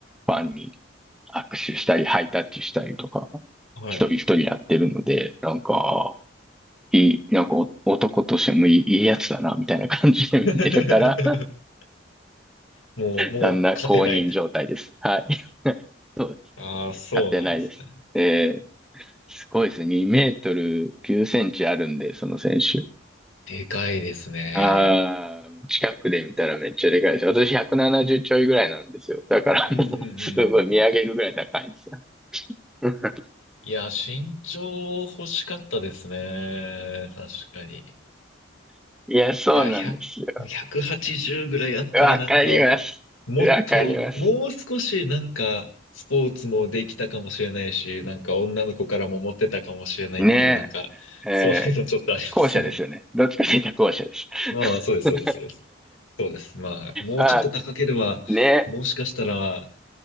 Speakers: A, in the centre; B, on the left.
A: ファンに握手したり、ハイタッチしたりとか、
B: はい。
A: 一人一人やってるので、
B: はい。
A: なんか、いい、なんかお男としてもいい、いいやつだな、みたいな感じで見てるから、
B: <laughs>
A: <laughs>
B: もう、もう勝てないと。
A: だんだん公認状態です。はい。<laughs> そうです。
B: ああ、そうなんですね。
A: 勝てないです。えーすごいですね。2メートル9センチあるんで、その選手。
B: でかいですね。
A: ああ、近くで見たらめっちゃでかいです。私170ちょいぐらいなんですよ。だからもう、
B: うんうんうんうんうん。
A: すごい見上げるぐらい高いですよ。<laughs>
B: いや、身長欲しかったですね。確かに。
A: いや、そうなんですよ。
B: いや、100、180ぐらいあったらなんかも、
A: わかります。
B: もっと、
A: わかります。
B: もう少しなんか、スポーツもできたかもしれないし、なんか女の子からもモテたかもしれないっていう、
A: ね
B: なんか、
A: え、
B: そういうのちょっとありますね。
A: えー、後者ですよね。どっちかというと後者です。
B: <laughs> まあまあ、そうです、
A: <laughs> ね、
B: そうです、そうです。そうです。まあ、もうちょっと高ければ、
A: あー、ね、
B: もしかしたら、